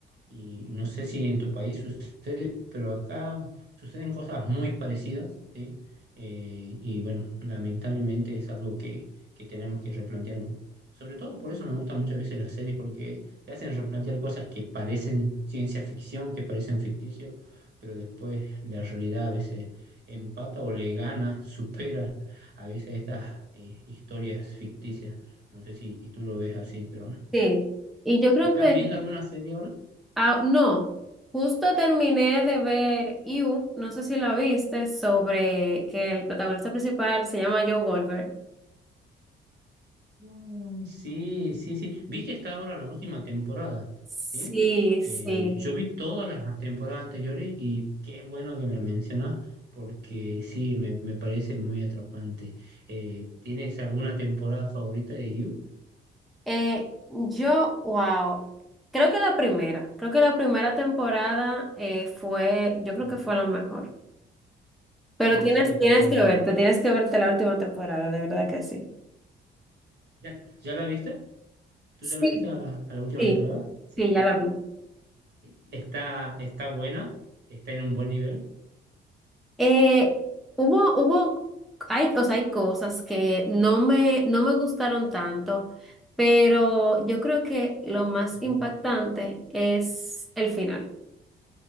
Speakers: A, on the right (about 60°); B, in the centre.
A: y no sé si en tu país sucede, pero acá suceden cosas muy parecidas, ¿sí? Eh, y bueno, lamentablemente es algo que, que tenemos que replantearnos. Sobre todo por eso me gustan muchas veces las series, porque te hacen replantear cosas que parecen ciencia ficción, que parecen ficticio, pero después la realidad a veces empata o le gana, <laughs> supera a veces estas eh, historias ficticias. No sé si tú lo ves así, pero
B: Sí. Y yo creo
A: ¿estás
B: que,
A: viendo alguna serie ahora?
B: ah, no, justo terminé de ver You, no sé si la viste, sobre que el protagonista principal se llama Joe Goldberg.
A: Mm, Sí, sí, sí. Vi que está ahora la última temporada,
B: Sí,
A: ¿sí?
B: sí.
A: Eh, yo vi todas las temporadas anteriores y qué bueno que me la mencionas porque sí, me, me parece muy atrapante. Eh, ¿tienes alguna temporada favorita de You?
B: Eh, yo, wow, creo que la primera, creo que la primera temporada eh, fue, yo creo
A: Ujú.
B: que fue la mejor. Pero
A: Coincido
B: tienes, tienes
A: totalmente.
B: que verte, tienes que verte la última temporada, de verdad que sí.
A: ¿Ya, ya la viste? ¿Tú
B: Sí.
A: ya la viste a la, a la última
B: Sí,
A: temporada? Sí.
B: sí, ya la vi.
A: Está, está buena, está en un buen nivel.
B: Eh, hubo, hubo, hay, o sea, hay cosas que no me, no me gustaron tanto, pero yo creo que lo más
A: Ujú.
B: impactante es el final.